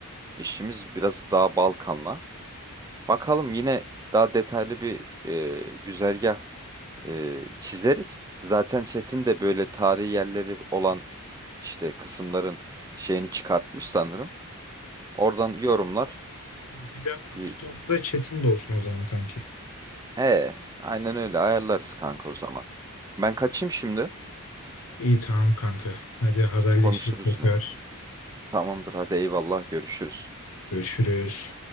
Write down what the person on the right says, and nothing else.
işimiz biraz daha Balkan'la. Bakalım yine daha detaylı bir e, güzergah e, çizeriz. Zaten Çetin de böyle tarihi yerleri olan işte kısımların şeyini çıkartmış sanırım. Oradan yorumlar.
Bir...
He, aynen öyle ayarlarız kanka o zaman. Ben kaçayım şimdi.
Konuşuruz
yine. Tamamdır hadi eyvallah görüşürüz.